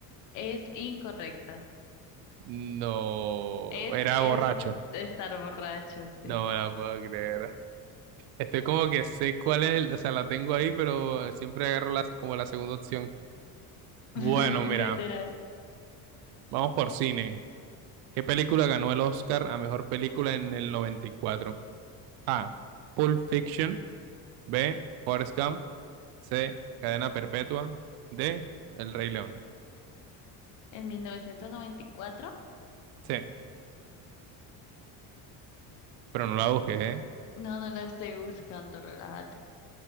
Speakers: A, on the left (about 50°); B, on the right (about 70°).
A: Es incorrecta.
B: No,
A: Es,
B: era
A: es
B: borracho.
A: estar borracho, sí.
B: No me la puedo creer. Estoy como que sé cuál es, el- o sea, la tengo ahí, pero siempre agarro la, como la segunda opción
A: <laughs>
B: Bueno, mira,
A: Literal.
B: vamos por cine. ¿Qué película ganó el Oscar a mejor película en el 94? A. Pulp Fiction. B. Forrest Gump. C. Cadena Perpetua. D. El Rey León.
A: En 1994.
B: C. Pero no la busqué, ¿eh?
A: No, no la estoy buscando, relájate.